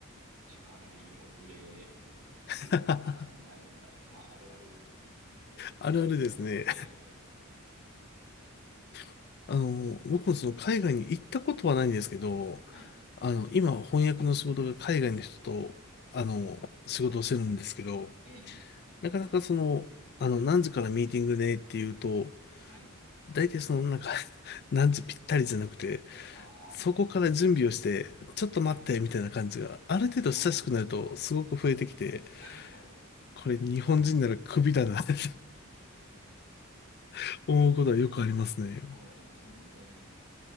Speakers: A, on the right (about 75°); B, on the left (about 50°).
A: 時間に遅れ
B: <laughs>
A: るのは当たり前みたい。まあ、あるあるですけどね。
B: あるあるですね。
A: ええ、
B: <laughs> あの、僕もその海外に行ったことはないんですけど、
A: はい。
B: あの、今翻訳の仕事が海外の人と、あの、仕事をしてるんですけど、
A: ええ、
B: なかなかその、あの、何時からミーティングねっていうと、
A: はい。
B: 大体その、なんか <laughs> 何時ぴったりじゃなくて、
A: ああ、
B: そこから準備をして、ちょっと待って、
A: はい。
B: みたいな感じが、ある程度親しくなると、
A: あ
B: すごく増えてきて、
A: あ、<laughs> なるほど。
B: これ日本人ならクビだなって <laughs> 思うことはよくありますね。
A: そうなりますよね。